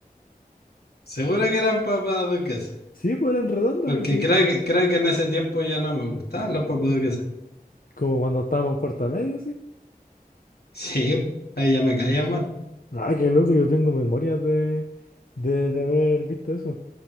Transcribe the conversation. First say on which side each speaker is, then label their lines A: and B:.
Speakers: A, on the left; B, on the left.
A: Seguro que eran papas duquesas.
B: Sí, pues eran redondas,
A: Porque
B: así.
A: creo que, creo que en ese tiempo ya no me gustaban las papas duquesas.
B: Como cuando estábamos en cuarta media, sí.
A: Sí, ahí ya me caían mal.
B: Ay, qué loco, yo tengo memorias de, de, de haber visto eso.